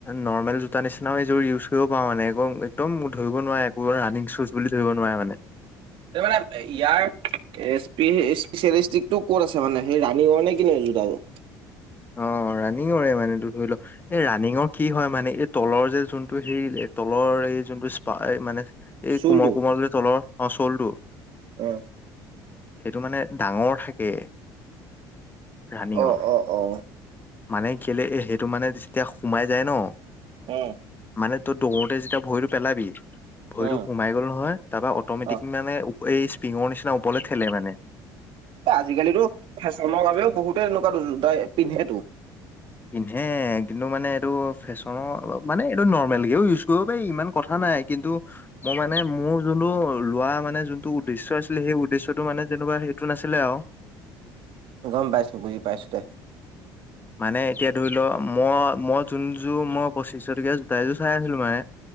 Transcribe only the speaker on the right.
মানে ইয়াৰ স্পেচিয়েলিষ্টিকটো ক'ত আছে মানে? সেই ৰাণীঙৰ নে কি জোতাযোৰ।
চুৰটো
উম।
অ', অ', অ'।
অ'।
উম,
অ',
আজিকালিতো ফেশ্বনৰ বাবেও বহুতে এনেকুৱা জোতা পিন্ধেটো।
গম পাইছো বুজি পাইছো দে।